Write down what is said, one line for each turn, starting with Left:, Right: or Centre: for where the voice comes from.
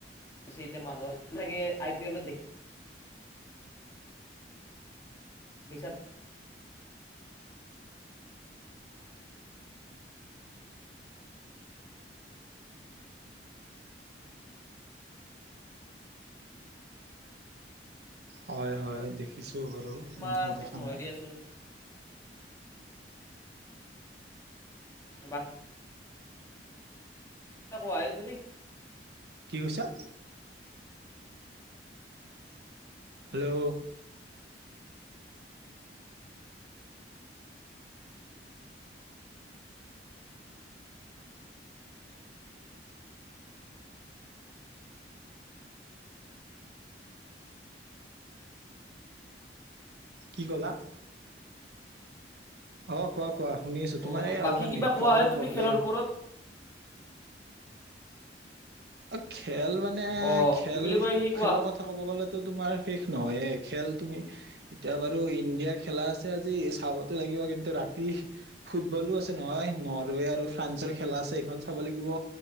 Left: চিতে মানুহৰ কিবাকে ইপি এল দেখ সিচাত
Right: হয় হয় দেখিছো বাৰু,
Left: তোমাৰ
Right: নেদেখা
Left: শেষ
Right: নহয়।
Left: দিয়াচোন কিবাত <unintelligible> কোৱা হে তুমি
Right: কি কৈছা? হেল্ল' কি কলা? অ কোৱা? কোৱা শুনি আছোঁ
Left: অ
Right: তোমাৰ এই
Left: বাকী
Right: অলপমান
Left: কিবা
Right: নেটৱৰ্কৰ
Left: কোৱা হে তুমি
Right: প্ৰব্লেম।
Left: খেলৰ ওপৰত
Right: অ খেল মানে
Left: অ
Right: খেল
Left: কি বুলি কয় সেই কোৱা
Right: খেলৰ কথা ক'ব গ'লে তো তোমাৰ শেষ নহয় এ খেল তুমি এতিয়া বাৰু ইণ্ডিয়াৰ খেলা আছে আজি চাবতো লাগ গিব। কিন্তু ৰাতি ফুটবলো আছে নহয় নৰৱে আৰু ফ্ৰান্সৰ খেলা আছে এইখন চাব লাগিব।